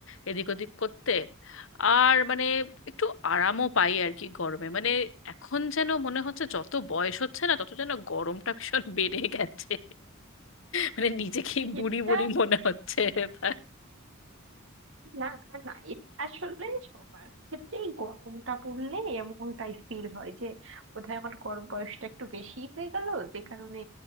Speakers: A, on the left; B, on the right.
A: এদিক ওদিক করতে আর মানে একটু আরামও পাই আর কি গরমে মানে এখন যেন মনে হচ্ছে যত বয়স হচ্ছে না তত যেন গরমটা ভীষণ বেড়ে গেছে মানে নিজেকেই বুড়ি
B: এটা
A: বুড়ি মনে হচ্ছে এবার
B: না না এটা আসলে সবার ক্ষেত্রেই গরমটা পড়লে এমনটাই ফিল হয় যে বোধহয় আমার গরম বয়সটা একটু বেশি হয়ে গেল যে কারণে